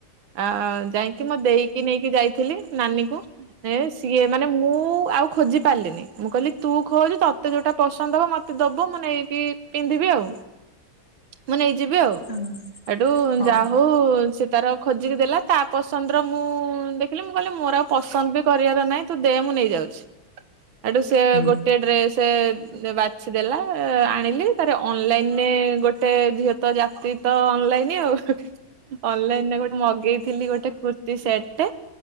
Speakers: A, on the right; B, on the left.
A: ଆ ଯାଇକି ମୋ ଦେଇକି ନେଇକି ଯାଇଥିଲି ନାନୀ କୁ ଏ ସେ। ସିଏ ମାନେ ମୁଁ ଆଉ ଖୋଜି ପାରିଲିନି, ମୁଁ କହିଲି ତୁ ଖୋଜ, ତୋତେ ଯୋଉଟା ପସନ୍ଦ ହବ, ମୋତେ ଦବୁ ମୁଁ ନେଇକି ପିନ୍ଧିବି ଆଉ, ମୁଁ ନେଇଯିବି ଆଉ।
B: ହୁଁ
A: ଏଠୁ
B: ହଁ
A: ଯାହା ହଉ ସେ ତାର ଖୋଜିକି ଦେଲା, ତା ପସନ୍ଦର ମୁଁ ଦେଖିଲି, ମୁଁ କହିଲି ମୋର ଆଉ ପସନ୍ଦ ବି କରିବାର ନାହିଁ। ତୁ ଦେ ମୁଁ ନେଇ ଯାଉଛି, ସେଇଠୁ ସେ
B: ହୁଁ
A: ଗୋଟେ ଡ୍ରେସ୍ ବାଛି ଦେଲା, ଆଣିଲି ତାରେ ଅନଲାଇନରେ ଗୋଟେ ଝିଅ ତ ଜାତି ତ, ଅନଲାଇନ ଆଉ, ଅନଲାଇନରେ ଗୋଟେ ମଗେଇଥିଲି ଗୋଟେ କୁର୍ତିୀ ସେଟ୍ ଟେ